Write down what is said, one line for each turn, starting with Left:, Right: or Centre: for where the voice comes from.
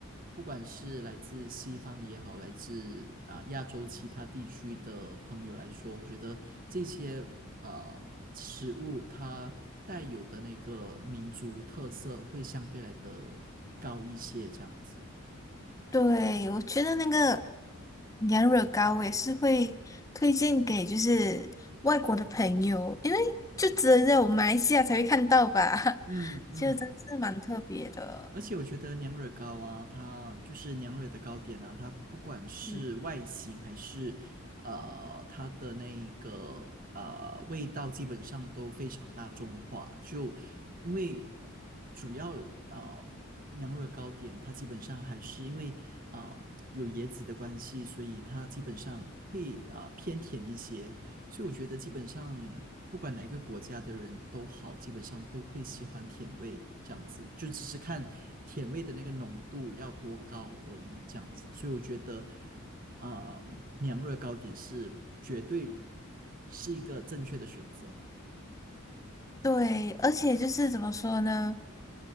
Right: 不管是来自西方也好，来自啊、亚洲其他地区的朋友来说，我觉得这些。呃食物它带有的那个民族特色会相对来的高一些，这样子。
Left: 对，我觉得那个羊惹糕我也是会推荐给就是外国的朋友，因为就只有在我们马来西亚才会看到吧，
Right: 嗯嗯，
Left: <laughs> 就真是蛮特别的。
Right: 而且我觉得娘惹糕啊，它就是娘惹的糕点啊，它不管是外形还是呃它的那一个呃味道，
Left: 嗯，
Right: 基本上都非常大众化。就因为主要呃娘惹糕点，它基本上还是因为啊、呃有椰子的关系，所以它基本上会啊、呃偏甜一些。所以我觉得基本上不管哪一个国家的人都好，基本上都会喜欢甜味这样子，就只是看甜味的那个浓度要多高而已这样子。所以我觉得，呃，娘惹糕点是绝对是一个正确的选择。
Left: 对，而且就是怎么说呢？